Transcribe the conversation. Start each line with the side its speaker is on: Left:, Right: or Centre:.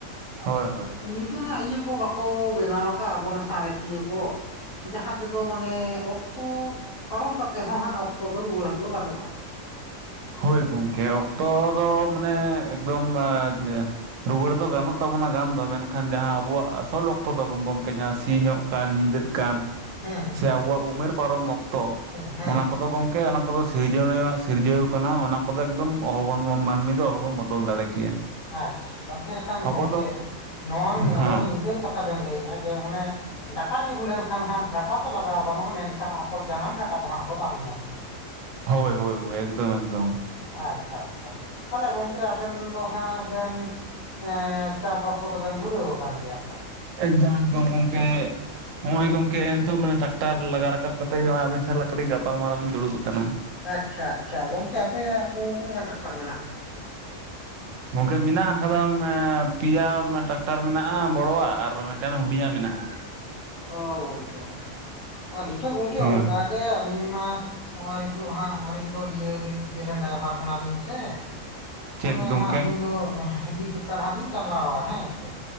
Right: ᱦᱳᱭ ᱦᱳᱭ᱾
Left: ᱱᱤᱝᱠᱟᱹᱱᱟᱜ ᱤᱭᱟᱹ ᱠᱚ ᱵᱟᱠᱚ ᱵᱮᱱᱟᱣ ᱠᱟᱫᱼᱟ, ᱟᱵᱚᱨᱮᱱ ᱥᱟᱬᱮᱥᱤᱭᱟᱹ ᱠᱚ᱾ ᱡᱟᱦᱟᱸ ᱛᱮᱫᱚ ᱢᱟᱱᱮ ᱚᱠᱛᱚ ᱯᱟᱨᱚᱢ ᱠᱟᱛᱮᱜ ᱦᱚᱸ ᱦᱟᱸᱜ ᱚᱠᱛᱚ ᱫᱚ ᱨᱩᱣᱟᱹᱲ ᱦᱚᱪᱚ ᱜᱟᱱᱚᱜᱼᱟ᱾
Right: ᱦᱳᱭ ᱜᱚᱝᱠᱮ ᱚᱠᱛᱚ ᱫᱚ ᱢᱟᱱᱮ ᱮᱠᱫᱚᱢ ᱡᱮ᱾ ᱨᱩᱣᱟᱹᱲ ᱫᱚ ᱜᱟᱱᱚᱜ ᱛᱟᱵᱚᱱᱟ ᱜᱟᱱ ᱫᱚ ᱢᱮᱱᱠᱷᱟᱱ ᱡᱟᱦᱟᱸ ᱟᱵᱚᱣᱟᱜ ᱟᱥᱚᱞ ᱚᱠᱛᱚ ᱛᱟᱵᱚᱱ ᱜᱚᱝᱠᱮ ᱡᱟᱦᱟᱸ ᱥᱤᱧᱚᱜ᱾ ᱠᱟᱱ ᱧᱤᱫᱟᱹᱜ ᱠᱟᱱ
Left: ᱦᱮᱸ ᱦᱮᱸ
Right: ᱥᱮ
Left: ᱦᱮᱸ
Right: ᱟᱵᱚᱣᱟᱜ ᱩᱢᱮᱨ ᱯᱟᱨᱚᱢ ᱚᱠᱛᱚ
Left: ᱦᱮᱸ ᱦᱮᱸ
Right: ᱚᱱᱟ ᱠᱚᱫᱚ ᱜᱚᱝᱠᱮ ᱚᱱᱟ ᱠᱚᱫᱚ ᱥᱤᱨᱡᱚᱱᱤᱭᱟᱹ ᱣᱟᱜ ᱥᱤᱨᱡᱟᱹᱣ ᱠᱟᱱᱟ ᱚᱱᱟ ᱠᱚᱫᱚ ᱮᱠᱫᱚᱢ ᱚᱦᱚᱵ <inaudible> ᱢᱟᱹᱱᱢᱤ ᱫᱚ ᱚᱦᱚ ᱵᱚᱱ ᱵᱚᱫᱚᱞ ᱫᱟᱲᱮ ᱠᱮᱭᱟ᱾
Left: ᱟᱪᱪᱷᱟ ᱛᱟᱞᱦᱮ ᱠᱷᱟᱱ
Right: ᱟᱵᱚ
Left: ᱜᱚᱝᱠᱮ
Right: ᱫᱚ
Left: ᱱᱚᱣᱟᱱ
Right: ᱦᱮᱸ
Left: ᱟᱵᱮᱱ ᱫᱚ ᱱᱤᱝᱠᱟᱹᱱ ᱠᱟᱛᱷᱟ ᱵᱮᱱ ᱞᱟᱹᱭᱮᱜᱼᱟ, ᱡᱮ ᱚᱱᱮ᱾ ᱰᱟᱴᱟ ᱧᱩᱨᱩ ᱞᱮᱱᱠᱷᱟᱱ ᱰᱟᱴᱟ ᱛᱚ ᱞᱟᱜᱟᱣ ᱜᱟᱱᱚᱜᱼᱟ, ᱢᱮᱱᱠᱷᱟᱱ ᱟᱥᱚᱞ ᱡᱟᱱᱟᱢ ᱰᱟᱴᱟ ᱫᱚ ᱦᱟᱸᱜ ᱟᱫᱚ ᱵᱟᱝ ᱧᱟᱢᱚᱜᱼᱟ᱾
Right: ᱦᱳᱭ ᱦᱳᱭ ᱦᱳᱭ ᱮᱠᱫᱚᱢ ᱮᱠᱫᱚᱢ᱾
Left: ᱟᱪᱪᱷᱟ ᱟᱪᱪᱷᱟ ᱛᱟᱦᱚᱞᱮ ᱜᱚᱝᱠᱮ ᱟᱵᱮᱱ ᱫᱚ᱾ ᱦᱟᱸᱜ ᱵᱮᱱ ᱮᱸ ᱮᱸ ᱪᱟᱥᱵᱟᱥ ᱠᱚᱫᱚ ᱵᱮᱱ ᱫᱷᱩᱨᱟᱹᱣ ᱠᱟᱱ ᱜᱮᱭᱟ ᱛᱚ᱾
Right: ᱮᱠᱫᱚᱢ ᱠᱚᱢ ᱜᱚᱝᱠᱮ ᱾ ᱱᱚᱜ-ᱚᱭ ᱜᱚᱝᱠᱮ ᱮᱱᱛᱷᱚ ᱦᱚᱸ ᱢᱟᱱᱮ ᱴᱟᱠᱴᱟᱨ ᱞᱟᱜᱟ ᱨᱟᱠᱟᱵ ᱠᱟᱛᱮᱜ ᱜᱮ, ᱱᱚᱜ-ᱚᱭ ᱟᱵᱤᱱ ᱥᱟᱞᱟᱜ ᱠᱟᱹᱴᱤᱡ ᱜᱟᱯᱟᱞ ᱢᱟᱨᱟᱣ ᱞᱤᱧ ᱫᱩᱲᱩᱵ ᱠᱟᱱᱟ᱾
Left: ᱟᱪᱪᱷᱟ, ᱟᱪᱪᱷᱟ ᱜᱚᱝᱠᱮ ᱟᱯᱮᱭᱟᱜ ᱫᱚ ᱛᱤᱱᱟᱹᱜ ᱜᱟᱱ ᱴᱟᱠᱴᱟᱨ ᱢᱮᱱᱟᱜ-ᱟ?
Right: ᱜᱚᱝᱠᱮ ᱢᱮᱱᱟᱜ ᱠᱟᱫᱟᱢ ᱮᱸ ᱯᱮᱭᱟ ᱴᱟᱠᱴᱟᱨ ᱢᱮᱱᱟᱜᱼᱟ, ᱵᱚᱲᱚ ᱣᱟᱜ᱾ ᱟᱨᱚ ᱢᱤᱫᱴᱟᱝ ᱦᱩᱰᱤᱝᱟᱜ ᱢᱮᱱᱟᱜᱼᱟ᱾
Left: ᱚ ᱜᱚᱝᱠᱮ, ᱟᱹᱞᱤᱧ ᱦᱚᱸ ᱜᱚᱝᱠᱮ
Right: ᱦᱳᱭ
Left: ᱚᱱᱠᱟ ᱜᱮ ᱟᱹᱞᱤᱧ ᱢᱟ᱾ ᱱᱚᱜ-ᱚᱭ ᱱᱤᱛᱚᱜ ᱦᱟᱸᱜ ᱟᱹᱞᱤᱧ ᱫᱚ ᱤᱭᱟᱹ ᱤᱭᱟᱹ ᱨᱮᱱ ᱰᱟᱭᱵᱷᱟᱨ ᱠᱟᱱᱟᱞᱤᱧ ᱥᱮ᱾
Right: ᱪᱮᱫ
Left: ᱚᱱᱮ
Right: ᱜᱚᱝᱠᱮ
Left: ᱦᱟᱸᱜ ᱟᱹᱞᱤᱧ ᱫᱚ ᱦᱮᱞᱤᱠᱚᱴᱟᱨ ᱦᱟᱸᱜ ᱞᱤᱧ ᱪᱟᱞᱟᱣᱟ ᱦᱮᱸ ᱥᱮ